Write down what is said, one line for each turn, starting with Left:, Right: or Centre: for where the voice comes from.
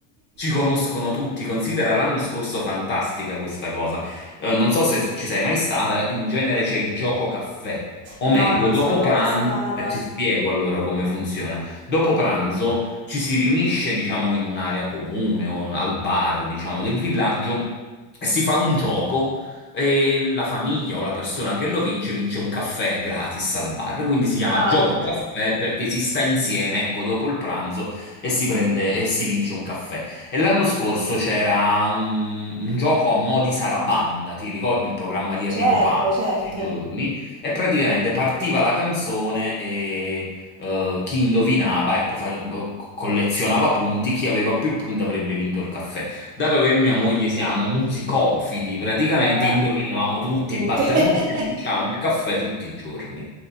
Left: Ci conoscono
Right: <laughs>
Left: tutti, considera l'anno scorso fantastica questa cosa. Eh, non so se ci sei mai stata, in genere c'è il gioco caffè, o
Right: No,
Left: meglio,
Right: non
Left: dopo
Right: sono
Left: pranzo,
Right: mai stata.
Left: ti spiego allora come funziona. Dopo pranzo ci si riunisce, diciamo, in un'area comune o al bar, diciamo, del villaggio e si fa un gioco e la famiglia o la persona che lo vince vince un caffè gratis al bar. Quindi si chiama
Right: Ah,
Left: gioco
Right: ok.
Left: caffè perché si sta insieme, ecco, dopo il pranzo e si prende e si vince un caffè. E l'anno scorso c'era un, un gioco a mo' di Sarabanda, ti ricordi il programma di Enrico
Right: Certo,
Left: Papi,
Right: certo.
Left: tutti i giorni? E praticamente partiva la canzone e eh, chi indovinava, ecco, fa- eh, collezionava punti, chi aveva più punti avrebbe vinto il caffè. Dato che mia moglie siamo musicofili, praticamente
Right: Eh,
Left: indovinavamo tutti,
Right: tutte.
Left: battevamo
Right: <laughs>
Left: tutti e vincevamo il caffè tutti i giorni.